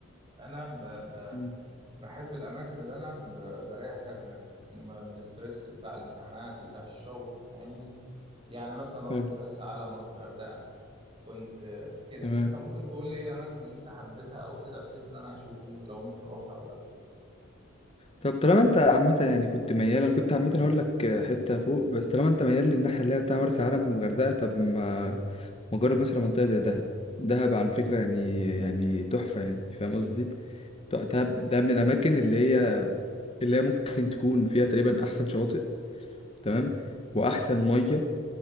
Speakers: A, on the right; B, on the left.
A: انا ب... ب...
B: مم.
A: بحب الأماكن اللي أنا ب- بريح فيها دماغي م- من الستريس بتاع الامتحانات بتاع الشغل فاهمني يعني مثلا رحت
B: حلو
A: مرسى علم رحت غردقة كنت آه، كده
B: تمام
A: فأنت ممكن تقول لي إيه الأماكن اللي أنت حبيتها أو كده بحيث إن أنا أشوف ممكن لو ممكن أروحها أو لا
B: طب طالما انت عامة يعني كنت ميال انا كنت عامة هقول لك حتة فوق بس طالما انت ميال للناحية اللي هي بتاع مرسى علم والغردقة طب ما ما جرب مثلا منطقة زي دهب دهب على فكرة يعني يعني تحفة يعني فاهم قصدي؟ ط- دهب ده من الأماكن اللي هي اللي هي ممكن تكون فيها تقريبا أحسن شواطئ تمام وأحسن مية